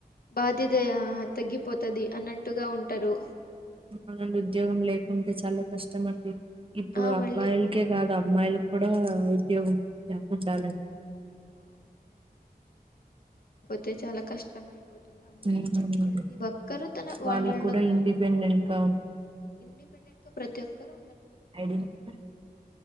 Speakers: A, on the left; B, on the right.
A: బాధ్యతయా తగ్గిపోతది అన్నట్టుగా ఉంటరు.
B: అవునండి ఉద్యోగం లేకుంటే చాలా కష్టం అండి. ఇప్పుడు
A: ఆ
B: అబ్బాయిలకే
A: మళ్ళీ
B: కాదబ్ అమ్మాయిలకు కూడా ఉద్యోగం ఉండాలండి.
A: తే చాలా కష్టం అయిపో పోతుంది అమ్మాయిలు.
B: ఉమ్
A: ప్రతి ఒక్కరూ తన వాళ్ళళ్ల
B: వాళ్ళు కూడా
A: కాళ్ల
B: ఇండిపెండెంట్ గా
A: ఇండిపెండెంట్. ప్రతిఒక్కరు
B: ఐ. డి నంబర్